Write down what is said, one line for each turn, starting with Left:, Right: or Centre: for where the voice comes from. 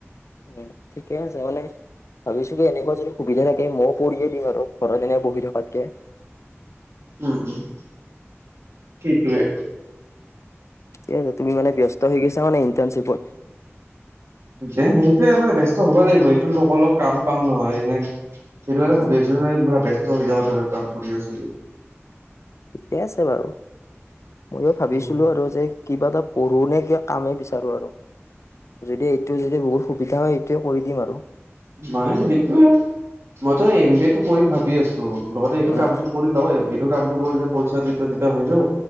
Left: উম ঠিকেই আছে মানে ভাবিছিলো এনেকোৱা যদি সুবিধা থাকে মইয়ো কৰিয়ে দিম আৰু ঘৰত এনে বহি থকাতকে।
Right: উম উম সেইটোৱে।
Left: ঠিক আছে তুমি মানে ব্যস্ত হৈ গৈছা মানে ইণ্টাৰ্ণশ্বিপত
Right: এ সেইটোয়ে মানে বব্যস্ত হ'বই লাগিব এইটো লগৰ লগ কাম পাম নহয় এ সেইটো কাৰণে
Left: উম,
Right: ভাবি আছিলো ন পুৰা ব্যস্ত হৈ যাব দৰে কাম কৰি আছো
Left: ঠিকে আছে বাৰু ময়ো ভাবিছিলো
Right: উম
Left: আৰু যে কিবা এটা পঢ়ো নে কিবা কামেই বিচাৰোঁ আৰু যদি এইটো যদি বহুত সুবিধা হয় সেইটোৱে কৰি দিম আৰু
Right: মানে সেইটোয়ে মইতো এম বি এটো কৰিম ভাবি আছো লগতে এইটো
Left: উম,
Right: কামটো কৰি লও এইটো কামটো কৰিলে পইচা তেতিয়া তেতিয়া হৈ যাব